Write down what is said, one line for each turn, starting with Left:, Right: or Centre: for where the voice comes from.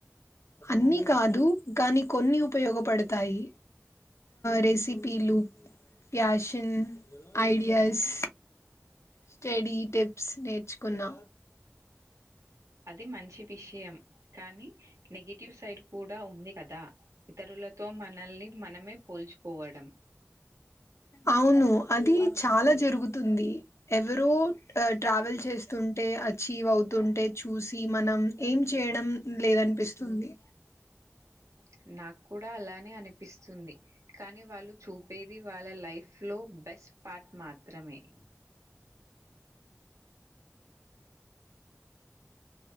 Left: అన్ని కాదు గాని కొన్ని ఉపయోగపడతాయి రెసిపీలు ప్యాషన్ ఐడియాస్ స్టడీ టిప్స్ నేర్చుకున్నా
Right: అది మంచి విషయం కానీ నెగిటివ్ సైడ్ కూడా ఉంది కదా ఇతరులతో మనల్ని మనమే పోల్చుకోవడం
Left: అవును అది చాలా జరుగుతుంది ఎవరో ట్రావెల్ చేస్తు అంటే అచీవ్ అవుతుంటే చూసి మనం ఏం చేయడం లేదనిపిస్తుంది
Right: <inaudible> నాకు కూడా అలానే అనిపిస్తుంది కానీ వాళ్ళు చూపేది వాళ్ళ లైఫ్ లో బె స్ట్ పార్ట్ మాత్రమే